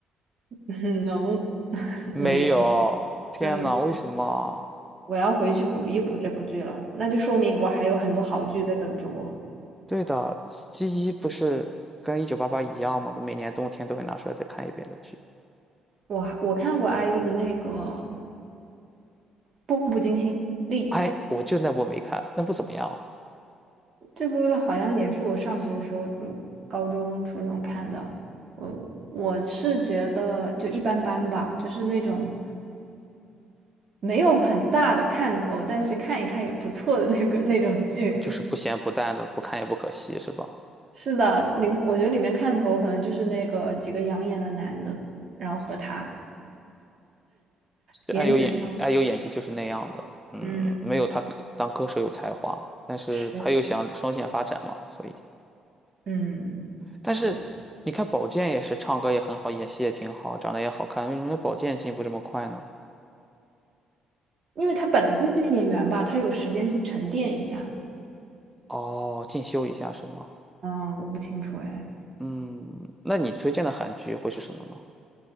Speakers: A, on the right (about 45°); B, in the centre.
A: <laughs> 能，<laughs>
B: 没有，
A: 没有，
B: 天呐，
A: 嗯，
B: 为什么啊？
A: 我要回去补一补这部剧了，那就说明我还有很多好剧在等着我。
B: 对的，G 一不是跟一九八八一样吗？每年冬天都会拿出来再看一遍的剧。
A: 我还我看过 IU 的那个《步步惊心》丽，
B: 哎，我就那部没看，那部怎么样啊？
A: 这部好像也是我上学的时候，就高中、初中看的。我我是觉得就一般般吧，就是那种没有很大的看头，但是看一看也不错的那个那种剧。
B: 就是不咸不淡的，不看也不可惜，是吧？
A: 是的，里面我觉得里面看头可能就是那个几个养眼的男的，然后和他颜值上，
B: 爱有演爱有演技就是那样的，嗯，
A: 嗯，
B: 没有他当歌手有才华，但是他又想双线发展嘛，
A: 是，
B: 所以，
A: 嗯，
B: 但是你看宝剑也是唱歌也很好，
A: 对，
B: 演戏也挺好，长得也好看，为什么人家宝剑进步这么快呢？
A: 因为他本来就是演员吧，他有时间去沉淀一下。
B: 哦，进修一下是吗？
A: 嗯，我不清楚哎。
B: 嗯，那你推荐的韩剧会是什么呢？